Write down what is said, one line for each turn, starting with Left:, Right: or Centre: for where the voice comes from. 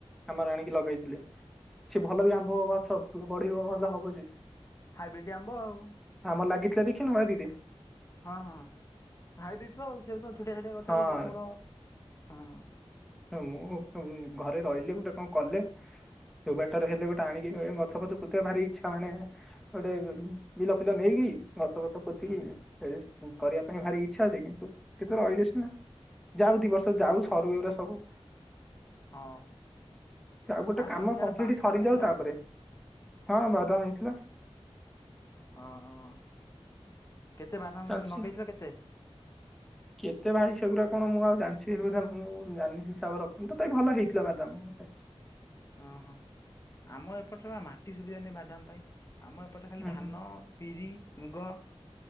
Centre: ଆମର ଆଣିକି ଲଗେଇଥିଲେ। ସି ଭଲ ବି, ଆମ୍ଭ-ଅ ଗଛ। ଭଲ ବଢିବ, ଭଲ ହବ ଯେ
Left: ହାଇବ୍ରିଡ୍ ଆମ୍ବ ଆଉ।
Centre: ଆମ୍ବ ଲାଗିଥିଲା ଦେଖିନୁ ବାରିରେ?
Left: ହଁ, ହଁ, ହାଇବ୍ରିଡ଼୍ ତ ଆଉ। ସେ ତ ଛୋଟିଆ ଛୋଟିଆ ଗଛରେ
Centre: ହଁ
Left: ବଡ଼ ବଡ଼ ହଁ
Centre: ହଁ, ମୁଁ ଘରେ ରହିଲେ ଗୋଟେ କଣ କଲେ ଯୋଉ ବାଟରେ ହେଲେ ଗୋଟେ ଆଣିକି ଗଛ ଫଛ ପୋତି ବାକୁ ଭାର ଇଚ୍ଛା ମାନେ ଗୋଟେ ବିଲ ଫିଲ ନେଇକି, ଗଛ ଫଛ ପୋତିକି
Left: ହୁଁ
Centre: ରେଷ୍ଟ କରିବା ପାଇଁ ଭାରି ଇଚ୍ଛା ଯେ! କିନ୍ତୁ ରହିଲେ ସିନା, ଯାଉ ଦି ବର୍ଷ ଯାଉ ସରୁ ଏଉରା ସ ସବୁ
Left: ହଁ।
Centre: ଆଉ ଗୋଟେ କାମ
Left: ତମ ସିଆଡେ
Centre: କମ୍ପ୍ଲିଟ
Left: ବାଦାମ
Centre: ସରିଯାଉ
Left: ହେଇଥିଲା ନା?
Centre: ତାପରେ ହଁ ବାଦାମ ହେଇଥିଲା।
Left: ହଁଁ କେତେ ବାଦାମ
Centre: ଚାଲିଛି।
Left: ଲଗେଇଥିଲ କେତେ।
Centre: କେତେ ଭାଇ ସେଗୁରା କଣ ମୁଁ ଆଉ ଜାଣିଛି ମୁଁ ଜାନି ହିସାବ ରଖୁନି ତ ଥାବି ଭଲ ହେଇଥିଲା ବାଦାମ। ହ
Left: ହଁ ହଁ ଆମ ଏପଟରେ ବା ମାଟି ସୁବିଧା ନେ ବାଦାମ ପାଇଁ ଆମ ଏପଟେ ଖାଲି
Centre: ହୁଁ
Left: ଧାନ
Centre: ହୁଁ
Left: ପିରି ମୁଗ।